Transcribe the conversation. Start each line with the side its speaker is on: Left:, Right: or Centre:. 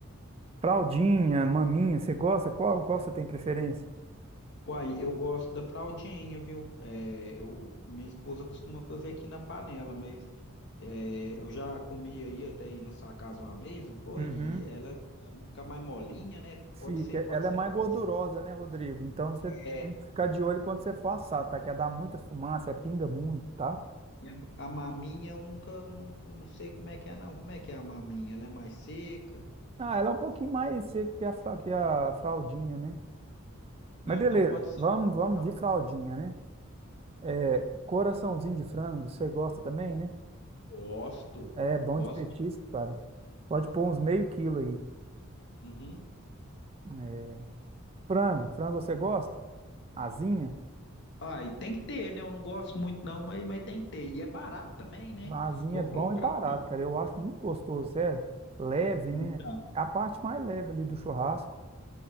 Right: Fraldinha, maminha, você gosta? Qual, qual você tem preferência?
Left: Uai, eu gosto da fraldinha, viu? É, eu, minha esposa costuma fazer aqui na panela, mas é, eu já comi aí até ir na sua casa uma vez, não foi?
Right: Uhum.
Left: E ela é, fica mais molinha, né?
Right: Fica.
Left: Pode ser, pode
Right: Ela
Left: ser
Right: é mais
Left: fraldinha.
Right: gordurosa, né, Rodrigo? Então você
Left: É,
Right: tem que ficar de olho quando você for assar, tá? Que ela dá muita fumaça, é pinga muito, tá?
Left: e a, a maminha eu nunca, não, não sei como é que é, não. Como é que é a maminha? Ela é mais seca?
Right: Ah, ela é um pouquinho mais seca que a, fra- que a fraldinha, né? Mas
Left: Não,
Right: beleza,
Left: então pode ser
Right: vamos, vamos
Left: fraldinha.
Right: de fraldinha, né? É, Coraçãozinho de frango, você gosta também, né?
Left: Gosto,
Right: É bom
Left: gosto
Right: de petisco,
Left: de
Right: cara. Pode pôr uns meio quilo aí.
Left: Uhum.
Right: É, Frango, frango você gosta? Asinha?
Left: Ah, e tem que ter, né? Eu não gosto muito não, mas, mas tem que ter. E é barato também, né?
Right: Vazinho
Left: Vou
Right: é bom
Left: colocar
Right: e barato,
Left: aqui.
Right: cara. Eu acho muito gostoso, sério. Leve,
Left: Então,
Right: né? É a parte mais leve ali do churrasco.